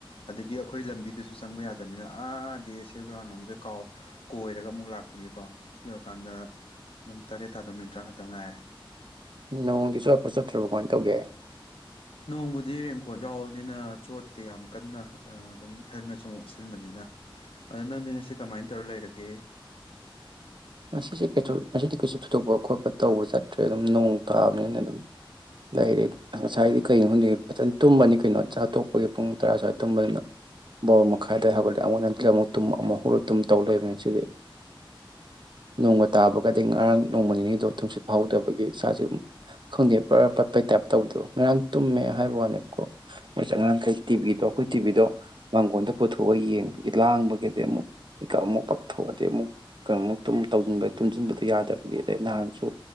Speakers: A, on the left (about 85°); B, on the right (about 60°).
A: ꯑꯗꯒꯤ ꯑꯩꯈꯣꯏ ꯂꯝꯕꯤꯗꯨꯁꯨ ꯆꯪꯕ ꯌꯥꯗꯅꯤꯅ ꯑꯥꯗꯦ ꯁꯦ ꯒ꯭ꯔꯥꯎꯟ ꯔꯣꯝꯗ ꯀꯥꯎ ꯀꯣꯏꯔꯒ ꯑꯃꯨꯛ ꯂꯥꯛꯄꯒꯤꯀꯣ ꯁꯤ ꯌꯧꯔꯀꯥꯟꯗ ꯑꯗꯨꯝ ꯇꯔꯦꯠ ꯇꯥꯗꯣ ꯃꯤꯅꯤꯠ ꯇꯔꯥ ꯉꯇꯪ ꯉꯥꯏꯔꯦ
B: ꯅꯣꯡꯒꯤꯁꯨꯋꯥꯄꯠ ꯆꯠꯇ꯭ꯔꯕ ꯀꯃꯥꯏꯅ ꯇꯧꯒꯦ
A: ꯅꯣꯡꯕꯨꯗꯤ ꯔꯦꯡꯀꯣꯠ ꯌꯥꯎꯕꯅꯤꯅ ꯆꯣꯠꯇꯤ ꯌꯥꯝ ꯀꯟꯅ ꯑꯗꯨꯝ ꯍꯦꯜꯃꯦꯠ ꯆ ꯑꯃ ꯎꯁꯦ ꯆꯟꯕꯅꯤꯅ ꯑꯗ ꯅꯪꯗꯤ ꯉꯁꯤ ꯀꯃꯥꯏꯅ ꯇꯧꯔ ꯂꯩꯔꯒꯦ
B: ꯃꯁꯤꯁ ꯀꯩꯁꯨ ꯃꯁꯤꯗꯤ ꯀꯩꯁꯨ ꯊꯨꯗꯣꯛꯄ ꯈꯣꯠꯄ ꯇꯧꯕ ꯆꯠꯇ꯭ꯔꯦ ꯑꯗꯨꯝ ꯅꯣꯡ ꯇꯥꯕꯅꯤꯅ ꯑꯗꯨꯝ ꯂꯩꯗꯤ ꯉꯁꯥꯏꯗꯤ ꯀꯩꯣ ꯈꯗꯤ ꯐꯖꯅ ꯇꯨꯝꯕꯅꯤ ꯀꯩꯅꯣ ꯆꯥ ꯇꯣꯛꯄꯒꯤ ꯄꯨꯡ ꯇꯔꯥ ꯁ꯭ꯋꯥꯏꯗ ꯇꯨꯝꯕꯅꯤꯅ ꯕꯣꯔ ꯃꯈꯥꯏꯗꯋꯥꯏ ꯍꯧꯒꯠꯂꯛꯦ ꯑꯃꯨꯛ ꯍꯟꯛ ꯑꯃꯨꯛ ꯑꯃꯨꯛ ꯍꯧꯔ ꯇꯨꯝ ꯇꯧ ꯂꯩꯕꯅꯤ ꯁꯤꯗꯤ ꯅꯣꯡꯃ ꯇꯥꯕꯒꯗꯤ ꯉꯔꯥꯡ ꯅꯣꯡꯃ ꯅꯤꯅꯤꯗꯣ ꯇꯨꯝꯁꯤ ꯐꯥꯎꯗꯕꯒꯤ ꯏꯁꯥꯁꯦ ꯑꯗꯨ ꯈꯪꯗꯦꯔ ꯄꯠꯄꯩ ꯇꯥꯏꯞ ꯇꯧꯗꯣ ꯉꯔꯥꯡ ꯇꯨꯝꯃꯦ ꯍꯥꯏꯕ ꯋꯥꯅꯦꯕꯀꯣ ꯃ ꯑꯉꯥꯡꯈꯩ ꯇꯤꯚꯕꯤꯗꯣ ꯑꯩꯈꯣꯏ ꯇꯤꯚꯗꯣ ꯃꯥꯡꯒꯣꯟꯗ ꯄꯨꯊꯣꯛꯑ ꯌꯦꯡꯕꯒꯤ ꯂꯥꯡꯕꯒꯤꯗꯤ ꯑꯃꯨꯛꯀ ꯑꯃꯨꯛ ꯄꯛꯊꯣꯛꯑꯗꯤ ꯑꯃꯨꯛ ꯀꯩꯅꯣꯨꯛ ꯇꯨꯨꯝ ꯇꯧꯟꯕ ꯇꯨꯝꯁꯤꯟꯕꯗꯨꯣ ꯌꯥꯗꯕꯒꯤ ꯑꯗꯩ ꯅꯍꯥꯟꯁꯨ